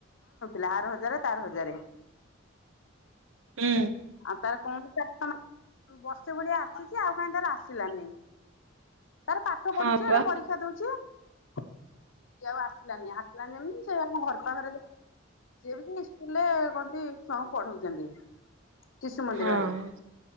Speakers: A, on the left; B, on the right.
A: <inaudible> ଆର ହଜାରେ ତାର ହଜାରେ।
B: ହୁଁ।
A: ଆଉ ତାର କଣ <inaudible> ବର୍ଷେ ଭଳିଆ ଆସିଛି ଆଉ କାହିଁ ତାର ଆସିଲାନି। ତାର ପାଠ
B: ହଁ
A: ପଢୁଛି ଏଟା
B: ବା
A: ପରୀକ୍ଷା ଦଉଛି। <inaudible> ଆସିଲାନି ଆସିଲାନି ଯେମିତି ସେ ଆମ ଘର ପାଖରେ <inaudible> ସିଏ ବି ସ୍କୁଲରେ କହନ୍ତି ଛୁଆଙ୍କୁ ପଢଉଛନ୍ତି। ଶିଶୁ ମନ୍ଦିରରେ
B: ହଁ ହଁ